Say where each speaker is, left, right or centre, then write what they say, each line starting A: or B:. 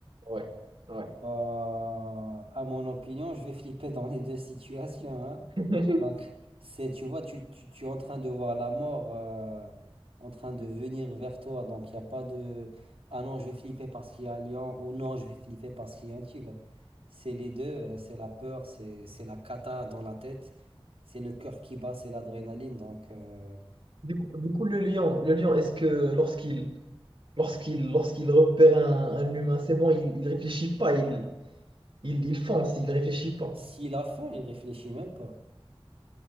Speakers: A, on the right (about 60°); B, on the right (about 85°).
A: Ouais, ouais.
B: Bah, à mon opinion, je vais flipper dans les deux situations. hein.
A: <laughs>
B: Donc, c'est, tu vois, tu, tu, tu es en train de voir la mort euh, en train de venir vers toi. Donc, il n'y a pas de Ah non, je vais flipper parce qu'il y a un lion ou non, je vais flipper parce qu'il y a un tigre. C'est les deux, euh, c'est la peur, c'est, c'est la cata dans la tête, c'est le cœur qui bat, c'est l'adrénaline. Donc, euh,
A: Du coup, du coup, le lion, le lion, est-ce que lorsqu'il Lorsqu'il lorsqu'il repère un, un humain, c'est bon, il, il réfléchit pas, il, il, il fonce, il réfléchit pas.
B: s'il a faim, il réfléchit même pas.